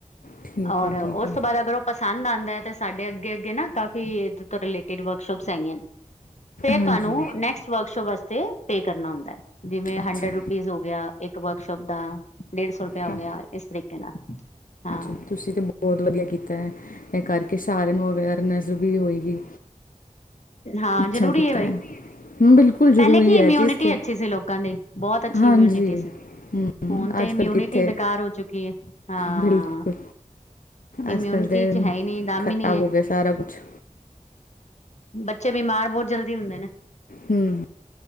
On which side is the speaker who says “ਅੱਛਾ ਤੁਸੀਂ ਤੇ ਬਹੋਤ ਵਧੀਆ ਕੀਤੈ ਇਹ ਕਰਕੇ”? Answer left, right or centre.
Left